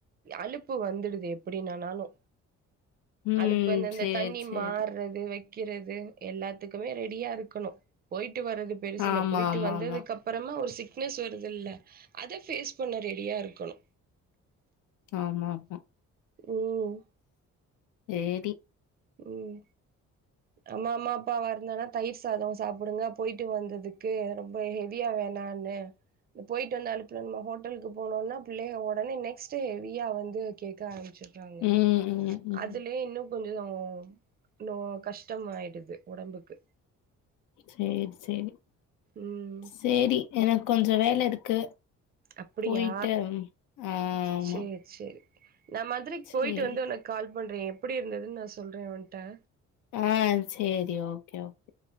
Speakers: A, on the right; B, on the left.
A: அலுப்பு வந்துடுது எப்டின்னனாலு
B: ம்
A: அலுப்பு அந்தஅந்த
B: சேரி
A: தண்ணி
B: சேரி
A: மார்றது க்கிறது எல்லாத்துக்குமே ரெடியா இருக்கணும் போயிட்டு வர்றது பெருசு
B: ஆமா
A: இல்லபோயிட்டு
B: ஆமா
A: வந்ததுக்கு
B: ஆமா
A: அப் அப்றமா ஒரு சிக்னஸ் வருதுல்ல அத ஃபேஸ் பண்ண ரெடியா இருக்கணு
B: ஆமாக்கா
A: ம்
B: சேரி
A: உம் நம்ம அம்மா அப்பா வந்தோன தயிர் சாத சாப்டுங்க போயிட்டு வந்ததுக்கு ரொம்ப ஹெவியா வேணானு போயிட்டு வந்த அலுப்புல நம்ம ஹோட்டலுக்கு போனோன்னா பிள்ளைக ஒடனே நெஸ்டு ஹெவியாக வந்து கேக்கஆரம்மிச்சுரு காங்க
B: ம் ம் ம்
A: அதுலயே இன்னும் கொஞ்சோ உம் இன்னும் கஷ்டம் ஆயிடுது ஒடம்புக்கு
B: சேரி சேரி
A: ம்
B: சேரி எனக்கு கொஞ்சோம் வேல இருக்கு
A: அப்டியா
B: போயிட்டு ஆ ஆமா
A: சேரி சேரி நா மதுரைக்கு
B: சேரி
A: போயிட்டு வந்து ஒனக்கு கால் பண்றே எப்டி இருந்ததுன்னு நா சொல்றே ஒன்ட்ட
B: ஆ சேரி ஓகே ஓகே